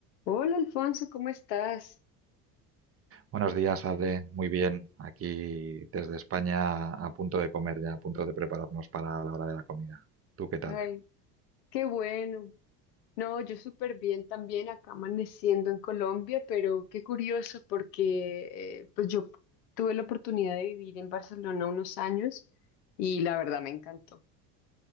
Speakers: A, on the left (about 75°); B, on the right (about 30°).
A: Hola Alfonso, ¿cómo estás?
B: Buenos días, Ale. Muy bien. Aquí desde España a punto de comer ya, a punto de prepararnos para la hora de la comida. ¿Tú qué tal?
A: Ay, qué bueno. No, yo súper bien también acá amaneciendo en Colombia, pero qué curioso porque eh, pues yo tuve la oportunidad de vivir en Barcelona unos años y la verdad me encantó.